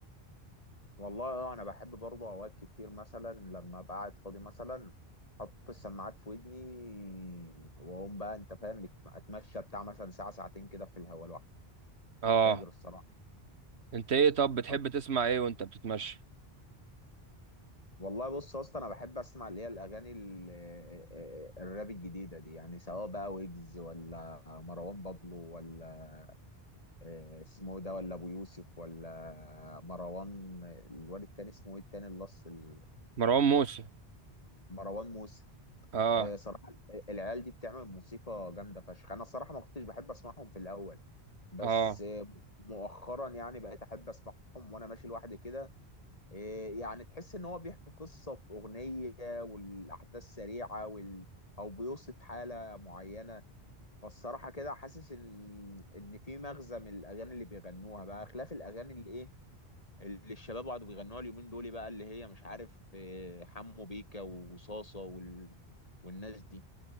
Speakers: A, on the left; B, on the right.
A: والله اه انا بحب برضه اوقات كتير مثلا لما ابقى قاعد فاضي مثلا احط السماعات في ودني واقوم بقى انت فاهم اتمشى بتاع مثلا ساعه ساعتين كده في الهواء لوحدي
B: اه
A: فاجر الصراحه
B: انت ايه طب بتحب
A: طب
B: تسمع ايه وانت بتتمشى
A: والله بص يا اسطى انا بحب اسمع اللي هي الاغاني ال- <laughs> الراب الجديده دي يعني سواء بقى ويجز ولا مروان بابلو ولا آه، اسمه إيه ده ولا ابو يوسف ولا مروان الواد التاني اسمه ايه التاني اللص ال-
B: مروان موسى
A: مروان موسى
B: اه
A: آه، صراحه العيال دي بتعمل موسيقى جامده فشخ انا صراحه ما كنتش بحب اسمعهم في الاول بس
B: اه
A: آه، مؤخرا يعني بقيت احب اسمعهم وانا ماشي لوحدي كده إيه يعني تحس ان هو بيحكي قصة في اغنية والاحداث سريعة وال... او بيوصف حالة معينة فالصراحة كده حاسس ان ان في مغزى من الاغاني اللي بيغنوها بقى خلاف الاغاني اللي ايه اللي الشباب قعدوا بيغنوها اليومين دول بقى اللي هي مش عارف إيه، حمو بيكا وصاصة وال... والناس دي